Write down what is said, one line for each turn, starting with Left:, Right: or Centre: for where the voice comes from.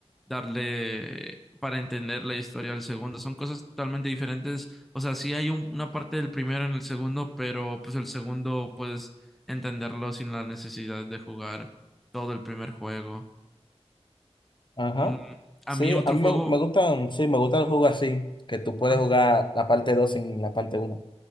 Centre: darle, para entender la historia del segundo, son cosas totalmente diferentes, o sea, sí hay un- una parte del primero en el segundo, pero pues el segundo puedes entenderlo sin la necesidad de jugar todo el primer juego.
Left: Ajá.
Centre: Mm,
Left: Sí,
Centre: a mí otro
Left: a mí
Centre: juego,
Left: me, me gustan, sí, me gustan los juegos así, que tú puedes
Centre: ah,
Left: jugar la parte 2 sin la parte 1,